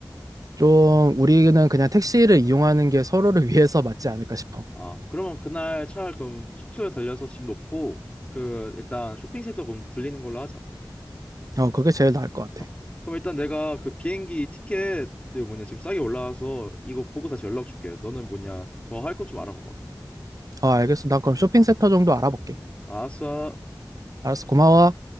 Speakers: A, on the right; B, on the left.
A: 좀 우리는 그냥 택시를 이용하는 게 서로를 <laughs> 위해서 맞지 않을까 싶어.
B: 아, 그러면 그날 차 그럼 숙소에 들려서 집 놓고 그 일단 쇼핑센터 그럼 들리는 걸로 하자.
A: 어, 그게 제일 나을 것 같아.
B: 어. 그럼 일단 내가 그 비행기 티켓 그 뭐냐 지금 싸게 올라와서 이거 보고 다시 연락 줄게. 너는 뭐냐 더 할 것 좀 알아봐봐.
A: 어, 알겠어. 난 그럼 쇼핑센터 정도 알아볼게.
B: 아싸.
A: 알았어. 고마워.